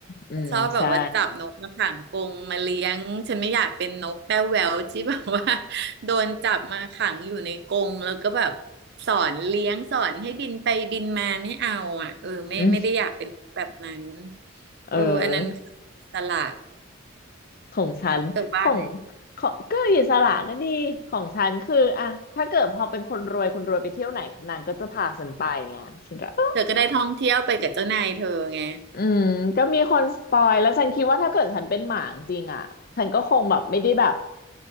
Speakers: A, on the left; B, on the right.
A: อืมใช่
B: ชอบแบบว่าจับนกมาขังกรงมาเลี้ยงฉันไม่อยากเป็นนกแต้วแหววที่แบบว่า <laughs> โดนจับมาขังอยู่ในกรงแล้วก็แบบสอนเลี้ยงสอนให้บินไปบินมาไม่เอาอ่ะเออไม่ไม่ได้อยากเป็นแบบนั้น
A: อืมเออ
B: เอออันนั้นอิสละ
A: ของฉันของ
B: เธอว่าไง
A: ของก็อิสระก็ดีของฉันคืออะถ้าเกิดพอเป็นคนรวยคนรวยไปเที่ยวไหนนางก็จะพาฉันไปไงฉันก็อ
B: เธอก็ได้ท่องเที่ยวไปกับเจ้านายเธอไง
A: ืมก็มีคนสปอยแล้วฉันคิดว่าถ้าเกิดฉันเป็นหมาจริงๆอะฉันก็คงแบบไม่ได้แบบ